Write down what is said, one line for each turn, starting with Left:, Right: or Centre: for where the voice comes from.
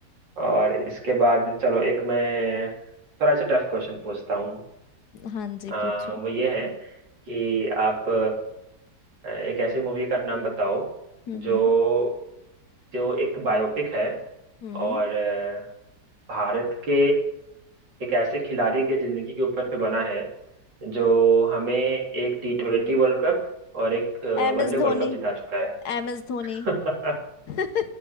Right: और इसके बाद चलो एक मैं थोड़ा सा टफ क्वेश्चन पूछता हूँ
Left: हाँ जी
Right: आ,
Left: पूछो
Right: वो ये है कि आप अ, एक ऐसी मूवी का नाम बताओ
Left: हम्म
Right: जो
Left: हम्म
Right: जो एक बायोपिक है
Left: हम्म।
Right: और अ, भारत के एक ऐसे खिलाड़ी के जिंदगी के ऊपर पे बना है जो हमें एक टी ट्वेंटी वर्ल्ड कप और एक
Left: M
Right: वनडे
Left: S
Right: वर्ल्ड
Left: Dhoni
Right: कप जिता चुका है
Left: M S Dhoni
Right: <laughs>
Left: <laughs>